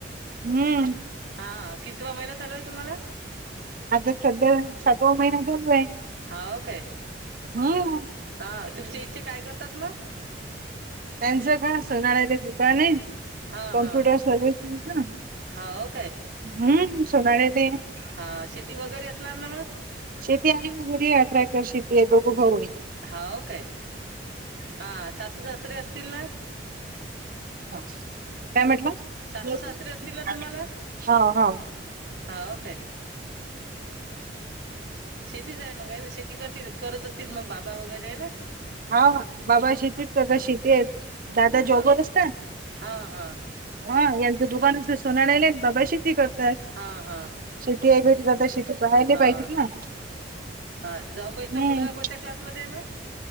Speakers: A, on the right; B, on the right.
A: हम्म
B: हा कितवा महिना चालू आहे तुम्हाला.
A: आता सध्या सातवा महिना चालू आहे.
B: हो, काय?
A: हम्म
B: हा तुमच्या हिचे काय करतात मग?
A: त्यांचं काय सोनराचं दुकान आहे.
B: हा
A: कॉम्प्युटर
B: हा
A: सर्व्हिसिंगचं आणि
B: हाव काय
A: सोनारचं.
B: हा, शेती वगैरे असणार ना मग?
A: शेती आहे ना, घरी आहे. ट्रॅक्टर, शेती आहे. दोघ भाऊ आहेत.
B: हावं, काय हा? सासू-सासरे असतील ना?
A: काय म्हटंला?
B: सासू
A: हा-हा.
B: सासरे असतील ना तुम्हाला हाव काय शेतीच आहे मग ना? शेती करतील करत असतील मग, बाबा वगैरे आहे ना.
A: हा, बाबा शेतीच करतात. शेती आहेत, दादा
B: हा
A: जॉबवर असतात.
B: हा हा
A: हा, यांचं दुकानच सोनाराचे. बाबा शेती करतय.
B: हा हा
A: शेती आहे घरी, तर आता शेती पाहायला
B: हा
A: पाहिजेत
B: हा
A: ना.
B: हा, जाऊबाईचा
A: हम्म
B: मुलगा कोणत्या क्लासमध्ये आहे मग?